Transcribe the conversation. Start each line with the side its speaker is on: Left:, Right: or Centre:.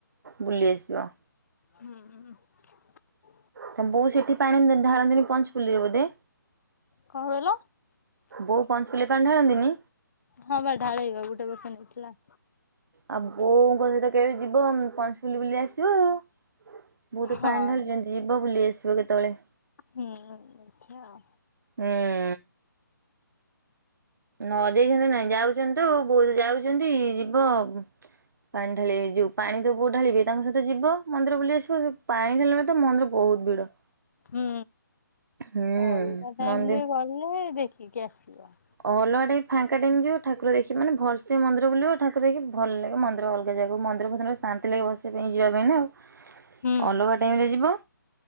Right: ବୁଲି ଆସିବ।
Left: ହୁଁ ଉଁ ଉଁ <inaudible>
Right: ତମ ବୋଉ ସେଠି ପାଣି ଢାଳନ୍ତିନି ପଞ୍ଚପୁଲୀରେ ବୋଧେ।
Left: କଣ କହିଲ
Right: ବୋଉ ପଞ୍ଚପୁଲି ପାଣି ଢାଳନ୍ତିନି।
Left: ହଁ ବା ଢାଳେଇବା ଗୋଟେ ବର୍ଷ ନେଇଥିଲା।
Right: ଆ ବୋଉଙ୍କ ସହିତ କେବେ ଯିବ ପଞ୍ଚପୁଲି ବୁଲି ଆସିବ ଆଉ। ବୋଉ
Left: ହଁ
Right: ପାଣି ଢାଳିଛନ୍ତି ଯିବ ବୁଲି ଆସିବ କେତେବେଳେ।
Left: ହୁଁ ଆଚ୍ଛା ଆଉ।
Right: ହୁଁ। ନ ଦେଇନ୍ତାନ୍ତେ ନାଇଁ ଯାଉଛନ୍ତି ତ ବୋଉ ତ ଯାଉଛନ୍ତି ଯିବ। ପାଣି ଢାଳିଏ ଯୋଉ ପାଣି ତ ବୋଉ ଢାଳିବେ ତାଙ୍କ ସହିତ ଯିବ ମନ୍ଦିର ବୁଲି ଆସିବ ପାଣି ଢାଳିଲା ବେଳେ ତ ମନୁକୁ। ବହୁତୁ ଭିଡ।
Left: ହୁଁ
Right: ହୁଁ
Left: ଅଲଗା ଟାଇମି
Right: ମନ୍ଦିର
Left: ରେ ଗଲେ ଦେଖିକି ଆସିବ।
Right: ଅଲଗା ଟାଇମି ଫାଙ୍କା ଟାଇମି ଯିବ ଠାକୁର ଦେଖିାମାନେ ଭଲ୍ ସେ ମନ୍ଦିର ବୁଲିବ ଠାକୁର ଦେଖି ଭଲ୍ ଲାଗେ ମନ୍ଦିର ଭଲ। ସେ ଜାଗାକୁ ମନ୍ଦିର, ଫନ୍ଦିର ଶାନ୍ତି ଲାଗେ ବସିବା ପାଇଁ ଯିବା ପାଇଁ ନାଁ
Left: ହୁଁ
Right: ଅଲଗା ଟାଇମରେ ଯିବ।